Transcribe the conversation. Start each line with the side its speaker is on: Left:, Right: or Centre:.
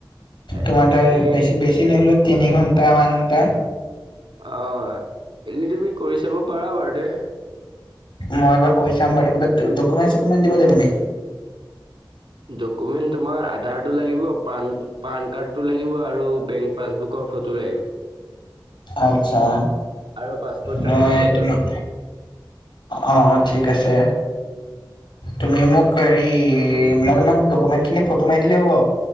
Right: এ-
Left: তোমাৰ দ্বাৰা
Right: এনেই
Left: বেছি বেছি নহ'লেও তিনি ঘণ্টা মানটা।
Right: অ এনেই তুমি কৰি চাব পাৰা বাৰু দে।
Left: মই বাৰু কৈ চাম বাৰুতে কিবাত ডকুমেণ্ট চকমেণ্ট দিব লাগিব নি?
Right: ডকুমেন্ট তোমাৰ আধাৰটো লাগিব পান পান কাৰ্ডটো লাগিব আৰু বেংক পাছবুকৰ ফটো লাগিব।
Left: আত্চ্ছা
Right: আৰু পাছপৰ্ট চাইজৰ
Left: মই
Right: ফটো
Left: তোমাক
Right: এখন।
Left: অ অ ঠিক আছে। তুমি মোক হেৰি মই তোমাক ডকুমেন্ট খিনি ফটো মাৰি দিলে হ'ব?